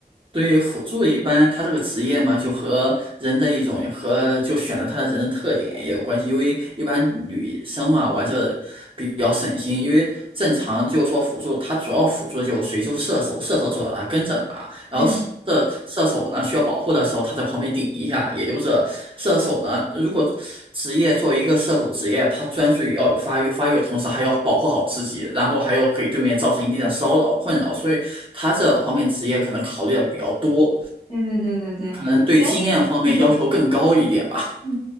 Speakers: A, on the right; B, on the left.
A: 对于辅助一般，他这个职业嘛，就和人的一种和就选择他的人的特点也有关系。因为一般女生嘛，玩这个比较省心，因为正常就是说辅助，他主要辅助就谁就是射手，射手走到哪跟着哪，然后射射手呢需要保护的时候，
B: 嗯，
A: 他在旁边顶一下。也就是射手呢，如果职业作为一个射手职业，他专注于要有发育，发育的同时还要保护好自己，然后还要给对面造成一定的骚扰困扰，所以他这方面职业可能考虑的比较多，
B: 对对对对对，
A: 可能对经验方面要求更高一点吧。
B: 我觉得是。嗯，